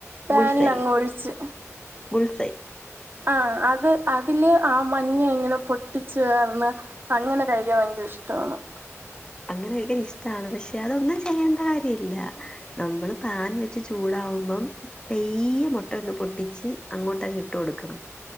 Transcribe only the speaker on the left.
ബുൾസൈ
ബുൾസൈ
അങ്ങനെ കഴിക്കാൻ ഇഷ്ട്ടാണ് പക്ഷെ അതൊന്നും ചെയ്യേണ്ട കാര്യല്ല നമ്മള് പാൻ വെച്ച് ചൂടാവുമ്പം പയ്യെ മുട്ട അങ്ങ് പൊട്ടിച്ച് അങ്ങോട്ടങ്ങ് ഇട്ട് കൊടുക്കണം